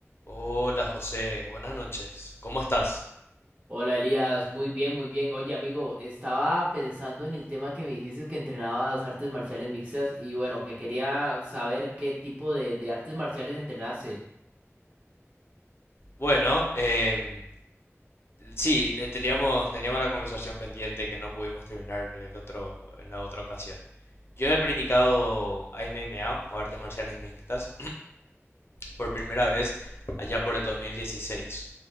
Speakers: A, on the left; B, on the right.
A: Hola José, buenas noches. ¿Cómo estás?
B: Hola Elías, muy bien, muy bien. Oye amigo, estaba pensando en el tema que me dijiste que entrenabas artes marciales mixtas y bueno, que quería saber qué tipo de, de artes marciales entrenaste.
A: Bueno, em, sí, eh, teníamos, teníamos la conversación pendiente que no pudimos terminar en el otro, en la otra ocasión. Yo he practicado MMA o artes marciales mixtas por primera vez allá por el 2016.